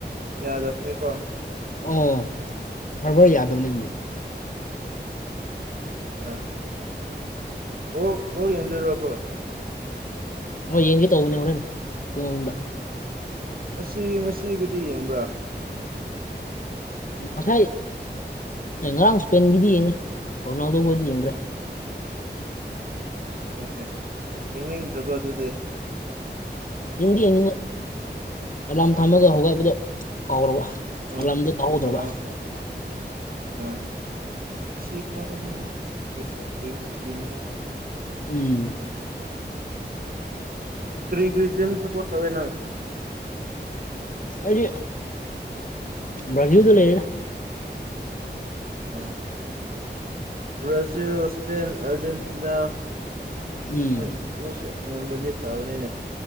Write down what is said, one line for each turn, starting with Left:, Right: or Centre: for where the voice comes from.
Right: ꯌꯥꯗꯕꯅꯤꯀꯣ
Left: ꯑꯣ ꯁꯔꯚꯔ ꯌꯥꯗꯕꯅꯤ
Right: ꯑ ꯕꯣꯜ ꯕꯣꯜ ꯌꯦꯡꯗꯣꯏꯔꯣ ꯕ꯭ꯔꯣ
Left: ꯍꯣꯏ ꯌꯦꯡꯒꯦ ꯇꯧꯕꯅꯦ ꯍꯣꯔꯦꯟ ꯄꯨꯡ ꯑꯍꯨꯝꯗ
Right: ꯉꯁꯤ ꯉꯁꯤꯒꯤꯗꯤ ꯌꯦꯡꯕ꯭ꯔꯥ
Left: ꯉꯁꯥꯏ ꯉꯔꯥꯡ ꯏꯁꯄꯦꯟꯒꯤꯗꯤ ꯌꯦꯡꯉꯦ ꯔꯣꯅꯥꯜꯗꯣ ꯈꯣꯏꯗꯤ ꯌꯦꯡꯗ꯭ꯔꯦ
Right: ꯑꯣ ꯍꯦ ꯍꯦ ꯌꯦꯡꯅꯤꯡꯗ꯭ꯔꯕ ꯑꯗꯨꯗꯤ
Left: ꯌꯦꯡꯗꯤ ꯌꯦꯡꯅꯤꯡꯕ ꯑꯂꯥꯝ ꯊꯝꯃꯒ ꯍꯧꯒꯠꯄꯗꯣ ꯀꯥꯎꯔꯕ
Right: ꯑ
Left: ꯑꯂꯥꯝꯗꯣ ꯇꯥꯍꯧꯗ꯭ꯔꯕ
Right: ꯑ ꯍ ꯍ ꯑꯥ ꯉꯁꯤ ꯄꯨꯡ ꯑꯍꯨꯝ ꯒꯤꯁꯨ ꯌꯦꯡ ꯌꯦꯡꯒꯅꯤ ꯑꯩꯁꯨ ꯍꯣꯏ
Left: ꯎꯝ
Right: ꯀꯔꯤ ꯀꯔꯤ ꯇꯤꯝ ꯁꯄꯣꯔꯠ ꯇꯧꯋꯦꯅꯪ
Left: ꯑꯩꯗꯤ ꯕ꯭ꯔꯖꯤꯜꯗ ꯂꯩꯌꯦꯗ
Right: ꯎꯝ ꯕ꯭ꯔꯥꯖꯤꯜ ꯏꯁꯄꯦꯟ ꯑꯔꯖꯦꯟꯇꯤꯅꯥ
Left: ꯎꯝ
Right: ꯍꯣꯏ ꯃꯣꯏꯁꯦ ꯉꯝꯔꯗꯤ ꯐꯕꯅꯤꯅꯦ